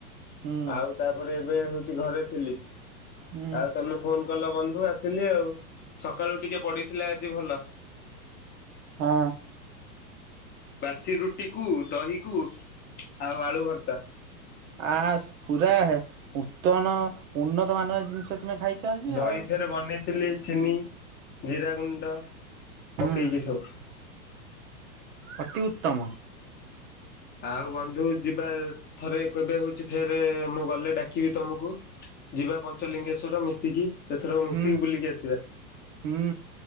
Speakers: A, on the right (about 50°); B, on the left (about 20°).
A: ହୁଁ
B: ଆଉ ତାପରେ ଏବେ ହଉଛି। ଚି ଘରେ ଥିଲି।
A: ହୁଁ
B: ଆଉ ତମେ ଫୋନ କଲ ବନ୍ଧ ସୁ ଆସିଲି ଆଉ ସକାଳୁ ଟିକେ ପଡିଥିଲା ଆଜି ଭଲ।
A: ହଁ।
B: ବାସି ରୁଟି କୁ ଦହି କୁ ଆଉ ଆଳୁ ଭର୍ତା
A: ଆ ସ ପୁରା ଉତ୍ତନ ଉନ୍ନତ ମାନର ଜିନିଷ। ତୁମେ ଖାଇଛ ଆଜି
B: ଦହି
A: ଆଉ।
B: ଫେର ବନେଇଥିଲି। ଚେନି ଜିରା ଗୁଣ୍ଡ
A: ହୁଁ
B: ପକେଇକି ସୁବୁ।
A: ଅତି ଉତ୍ତମ।
B: ଆଉ ବନ୍ଧୁ ଯିବା। ଥରେ କେବେ ହଉଛି ଫେରେ ମୁଁ ଗଲେ ଡାକିବି ତମକୁ ଯିବା ପଞ୍ଚଲିଙ୍ଗେଶ୍ଵର ମିଶିକି। ସେଥରକ ମିଶିକି
A: ହୁଁ
B: ବୁଲିକି ଆସିବା
A: ହୁଁ